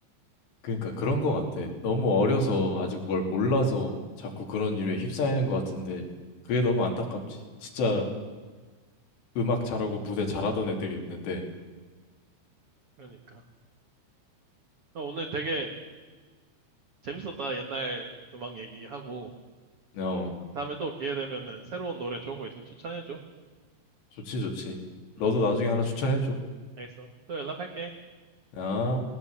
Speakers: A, on the left (about 60°); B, on the right (about 80°).
A: 그니까 그런 거 같아 너무 어려서 아직 뭘 몰라서 자꾸 그런 일에 휩싸이는 거 같은데 그게 너무 안타깝지 진짜 음악 잘하고 무대 잘하던 애들이었는데
B: 그러니까. 나 오늘 되게 재밌었다. 옛날 음악 얘기하고.
A: 어
B: 다음에 또 기회 되면은 새로운 노래 좋은 거 있으면 추천해줘.
A: 좋지 좋지 너도
B: 응,
A: 나중에 하나 추천해줘
B: 알겠어. 또 연락할게.
A: 아,